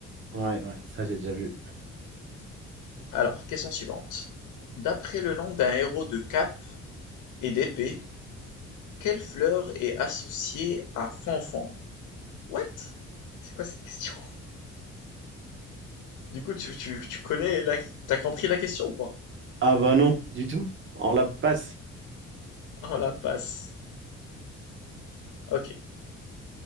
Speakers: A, on the right (about 40°); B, on the left (about 80°).
A: Ouais, ouais, ça j'ai déjà vu.
B: Alors, question suivante. D'après le nom d'un héros de cape et d'épée, quelle fleur est associée à Fanfan? What? C'est quoi cette question? Du coup, tu, tu- tu connais la... T'as compris la question ou pas?
A: Ah bah non, du tout. On la passe.
B: On la passe. Ok.